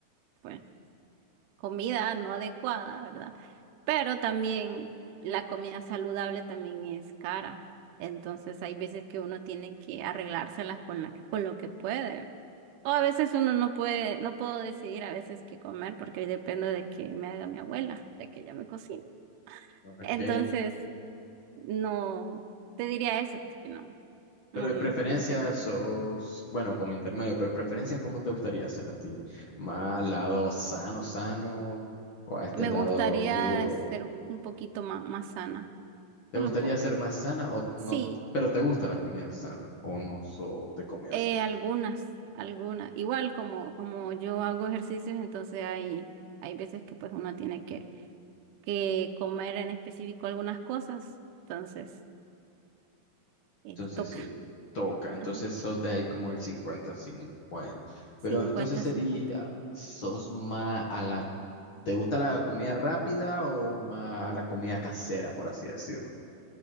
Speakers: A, on the right (about 75°); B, on the left (about 60°).
A: pues, comida no adecuada, ¿verdad? Pero también la comida saludable también es cara. Entonces hay veces que uno tiene que arreglárselas con la, con lo que puede. O a veces uno no puede, no puedo decidir a veces qué comer porque depende de que me haga mi abuela, de que ella me cocine.
B: Ok.
A: Entonces No, te diría eso, pues que no,
B: Pero
A: no,
B: de
A: no,
B: preferencia
A: intermedias.
B: sos, bueno, como intermedio, pero de preferencia, ¿cómo te gustaría ser a ti? ¿Más al lado sano, sano? ¿O a este
A: Me
B: lado
A: gustaría
B: oscuro?
A: ser un poquito más, más sana,
B: ¿Te
A: solo
B: gustaría
A: un poco.
B: ser más sana o no?
A: Sí,
B: Pero te gusta la comida sana o no sos de comida
A: eh,
B: sana.
A: algunas, algunas. Igual como, como yo hago ejercicios, entonces hay, hay veces que pues uno tiene que, que comer en específico algunas cosas, entonces eh,
B: Entonces
A: toca.
B: sí, toca. Entonces
A: Ajá,
B: sos de ahí como el cincuenta cincuenta
A: cincuenta
B: Pero entonces sería,
A: 50
B: ¿sos más a la... ¿Te gusta la comida rápida o más a la comida casera, por así decirlo?